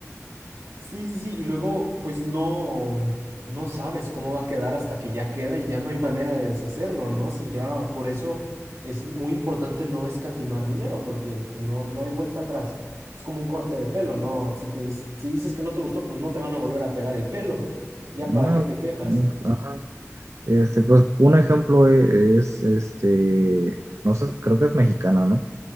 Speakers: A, on the right (about 80°); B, on the right (about 60°).
A: Sí, sí, sí, y luego pues no, mm, no sabes cómo va a quedar hasta que ya queda y ya no hay manera de deshacerlo, ¿no? Si ya, por eso es muy importante no escatimar dinero porque no, no hay vuelta atrás. Es como un corte de pelo, ¿no? Si te, dis- si dices que no te gustó, pues no te van a volver a pegar el pelo. <laughs> Ya
B: No,
A: para qué te quejas.
B: no, ajá. Este, pues un ejemplo e- es, este, no sé, creo que es mexicana, ¿no?